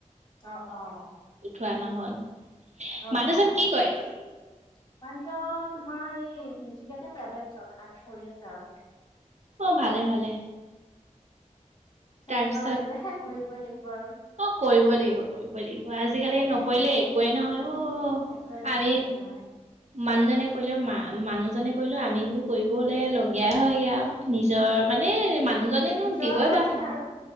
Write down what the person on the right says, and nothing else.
খোৱা নহ'ল।
মানুহজন
কি কয়?
অ ভালে ভালে।
তাৰপিছত
অ কৰিব লাগিব কৰিব লাগিব
আজিকালি
নকৰিলে একোৱেই নহয় অ
আমি
মানুহজনে কৰিলেও মা মানুহজনে কৰিলোঁ আমিবোৰ কৰিব হ'লে লগীয়াই হয়গৈ আৰু নিজৰ মানে মান মানু জনে নো
দিবই
বাৰু।